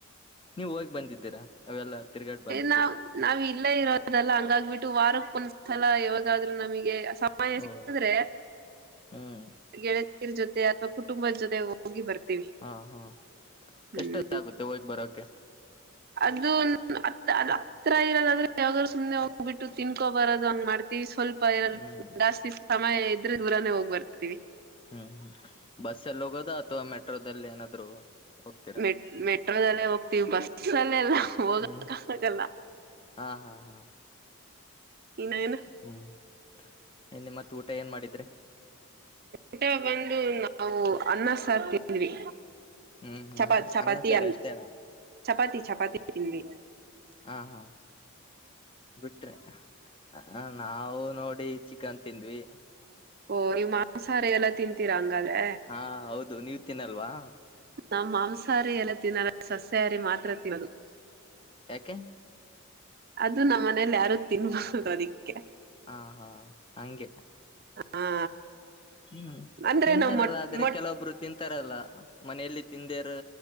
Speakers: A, on the left; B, on the right.
A: ನೀವ್ ಹೋಗಿ ಬಂದಿದ್ದೀರಾ ಅವೆಲ್ಲ ತಿರುಗಾಡ್ ಬಂದ
B: ನ ನಾವ ಇಲ್ಲೇ ಇರೋದಲ್ಲ ಹಂಗಾಗಬಿಟ್ಟು ವಾರಕ್ಕ ಒಂದ್ಸಲ ಯಾವಾಗಾದ್ರು ನಮಗೆ ಸಿಕ್ಕಂದ್ರೆಗೆ
A: ಓ ಹ್ಮ್
B: ಗೆಳತರ್ ಜೊತೆ ಅಥವಾ ಕುಟುಂಬದ ಜೊತೆ ಹೋಗಿ ಬರ್ತೀವಿ
A: ಹಾ ಹಾ
B: ಹ್ಮ್
A: ಎಷ್ಟೊತ್ತ ಆಗುತ್ತೆ ಹೋಗ್ ಬರೋಕೆ
B: ಅದು ಅತ್ತ ಅ ಹತ್ರ ಇರೋದಾದ್ರೆ ಯಾವಾಗರು ಸುನೆ ಹೋಗ್ಬಿಟ್ಟು ತಿನ್ಕೋ ಬರೋದು ಹಂಗ್ ಮಾಡ್ತತಿವಿ ಸ್ವಲ್ಪ ಸ್ವಪ
A: ಹ್ಮ್
B: ಜಾಸ್ತಿ ಸಮಯ ಇದ್ರೆ ದೂರನೇ ಹೋಗ್ ಬರ್ತೀವಿ
A: ಹ್ಮ್ ಹ್ಮ್ ಬಸ್ಸಲ್ಲಿ ಹೋಗೋದ ಅಥವಾ ಮೆಟ್ರೋದಲ್ಲಿ ಏನಾದ್ರು ಹೋಗ್ತೀರಾ
B: ಮೆ ಮೆಟ್ರೋದಲ್ಲೇ ಹೋಗ್ತೀವಿ ಬಸ್ ಅಲ್ಲೆಲ್ಲ ಹೋಗ
A: ಹ್ಮ್
B: ಕಾಗಲ್ಲ ಆಲ್ಲ
A: ಹಾ ಹಾ ಹಾ
B: ಲ್ಲೇನು
A: ಹ್ಮ್ ಇ ಮತ್ ಊಟ ಏನ್ ಮಾಡಿದ್ರಿ
B: ಊಟ ಬಂದು ನಾವು ಅನ್ನ ಸಾರ್ ತಿಂದ್ವಿ
A: ಹ್ಮ್ ಹ್ಮ್
B: ಚಪಾ ಚಪಾತಿ
A: ಅನ್ನ ಸಾರ್
B: ಅನ್
A: ಅಷ್ಟೇನಾ
B: ಚಪಾತಿ ಚಪಾತಿ ತಿನ್ವಿ
A: ಹಾ ಹಾ ಬಿಟ್ರೆ ಹ ನಾವು ನೋಡಿ ಚಿಕನ್ ತಿಂದ್ವಿ
B: ಓ ನೀ ಮಾಂಸಾರ ಎಲ್ಲಾ ತಿಂತೀರಾ ಹಂಗಾದೆ
A: ಹಾ ಹೌದು ನೀವ್ ತಿನ್ನಲ್ವಾ
B: ನಾ ಮಾಂಸಾಹಾರಿ ಎಲ್ಲ ತಿನ್ನಲ್ಲ ಸಸ್ಯಹಾರಿ ಮಾತ್ರ ತಿನ್ನೋದು
A: ಯಾಕೆ
B: ಅದು ನಮ್ಮ ಮನೇಲಿ ಯಾರು ತಿನ್ಬಹುದು ಅದಕ್ಕೆ
A: ಹಾ ಹಾ ಹಂಗೆ
B: ಹಾ
A: ಹ್ಮ್
B: ಅಂದ್ರೆ
A: ತಿಂತಾರಲ್ಲ
B: ನಾವ್ ಮೊಟ್
A: ಆದ್ರೆ
B: ಮೊಟ್
A: ಕೆಲವೊಬ್ರು ತಿಂತಾರಲ್ಲ ಮನೆಯಲ್ಲಿ ತಿಂದೇರು